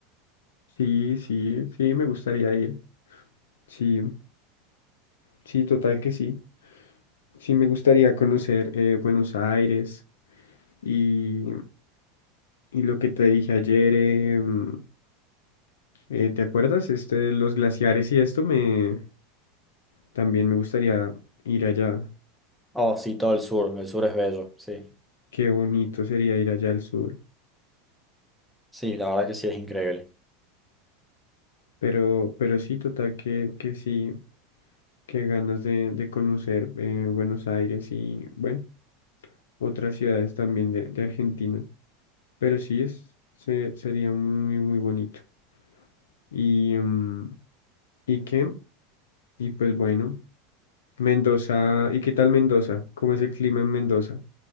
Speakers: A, on the left; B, in the centre.
A: Sí, sí, sí, me gustaría ir. Sí, sí, total que sí. Sí, me gustaría conocer eh, Buenos Aires y, y lo que te dije ayer. em, eh, ¿te acuerdas? Este, los glaciares y esto me también me gustaría ir allá.
B: Oh, sí, todo el sur, el sur es bello, sí.
A: Qué bonito sería ir allá al sur.
B: Sí, la verdad que sí, es increíble.
A: Pero, pero sí, total, que, que sí, que ganas de, de conocer eh, Buenos Aires y, bueno, otras ciudades también de, de Argentina. Pero sí, es, se- sería muy, muy bonito. Y, em, ¿y qué? Y pues bueno, Mendoza, ¿y qué tal Mendoza? ¿Cómo es el clima en Mendoza?